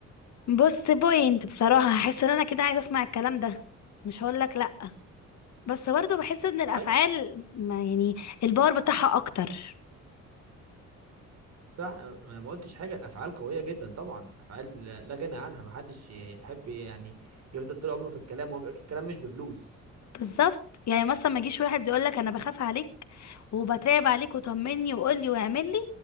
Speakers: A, on the left; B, on the right.
A: بص بوينت بصراحة هحس ان انا كده عايزة اسمع الكلام ده مش هقولك لأ بس برضو بحس ان الافعال
B: طيب
A: ما يعني الباور بتاعها اكتر
B: صح أنا ما ما قلتش حاجه الافعال قويه جدا طبعا الافعال لا لا غنى عنها ما حدش يحب يعني يفضل طول عمره في الكلام وهو بيقول لك الكلام مش بفلوس
A: بالظبط يعني مثلا ما يجيش واحد يقولك انا بخاف عليك وبتراقب عليك وطمني وقولي واعملي